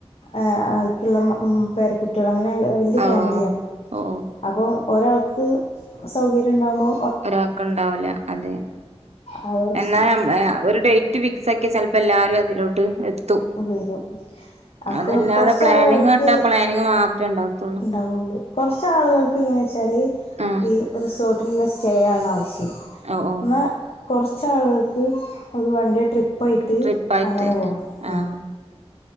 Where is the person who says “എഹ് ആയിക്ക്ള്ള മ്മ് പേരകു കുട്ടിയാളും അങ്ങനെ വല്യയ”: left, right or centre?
Left